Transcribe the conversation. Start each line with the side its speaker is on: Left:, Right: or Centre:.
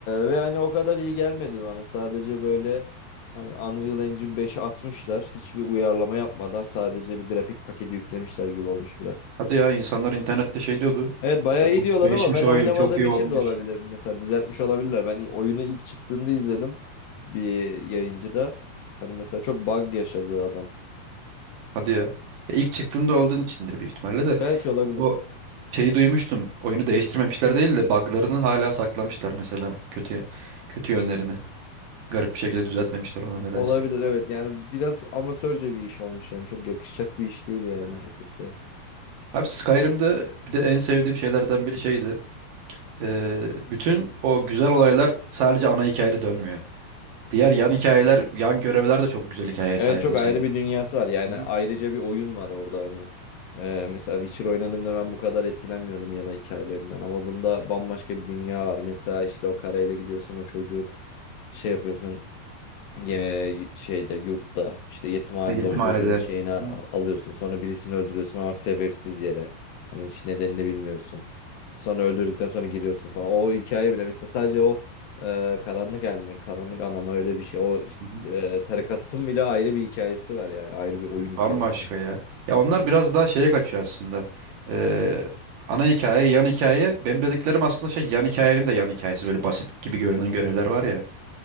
Left: ve hani o kadar iyi gelmedi bana. Sadece böyle hani Unreal Engine 5'i atmışlar. Hiçbir uyarlama yapmadan sadece bir grafik paketi yüklemişler gibi olmuş biraz.
Right: Hadi ya insanlar internette şey diyordu.
Left: Evet bayağı
Right: Böyle
Left: iyi
Right: çok
Left: diyorlar
Right: değişmiş
Left: ama ben
Right: oyun
Left: oynamadığım
Right: çok iyi
Left: için
Right: olmuş.
Left: de olabilir. Mesela düzeltmiş olabilirler. Ben oyunu ilk çıktığında izledim bir yayıncıda. Hani mesela çok bug yaşadı adam.
Right: Hadi ya. Ya ilk
Left: Aha.
Right: çıktığında olduğun içindir büyük ihtimalle de.
Left: Belki olabilir.
Right: O şeyi duymuştum. Oyunu değiştirmemişler değil de buglarını hala saklamışlar mesela. Kötü kötü yönlerini. Garip bir şekilde düzeltmemişler ona nedense.
Left: Olabilir evet. Yani biraz amatörce bir iş olmuş yani. Çok yakışacak bir iş değil yani
Right: Hı hı.
Left: Bethesda'ya.
Right: Abi Skyrim'de bir de en sevdiğim şeylerden biri şeydi. Ee, bütün o güzel olaylar sadece ana hikayede dönmüyor. Diğer yan hikayeler, yan görevler de çok güzel hikayeye sahip
Left: Evet çok
Right: mesela.
Left: ayrı bir dünyası var. Yani
Right: Hı hı.
Left: ayrıca bir oyun var orada hani. Ee, mesela Witcher oynadığımda ben bu kadar etkilenmiyordum yana hikayelerinden. Ama bunda bambaşka bir dünya var. Mesela işte o karayla gidiyorsun o çocuğun şey yapıyorsun. Gene şeyde yurtta işte yetimhanede
Right: Yetimhanede.
Left: o çocuğun şeyini a-
Right: Hı hı.
Left: alıyorsun. Sonra birisini öldürüyorsun ama sebepsiz yere. Hani hiç nedenini bilmiyorsun. Sonra öldürdükten sonra giriyorsun falan. O hikaye bile mesela sadece o e, karanlık elmi, karanlık anama öyle bir şey. O işte,
Right: Hı hı.
Left: e, tarikatın bile ayrı bir hikayesi var yani. Ayrı bir oyun
Right: Evet,
Left: hikayesi.
Right: Bambaşka ya. Ya onlar biraz daha şeye kaçıyor aslında. Ee, ana hikaye, yan hikaye. Benim dediklerim aslında şey yan hikayenin de yan hikayesi. Böyle basit gibi görünen görevler var ya.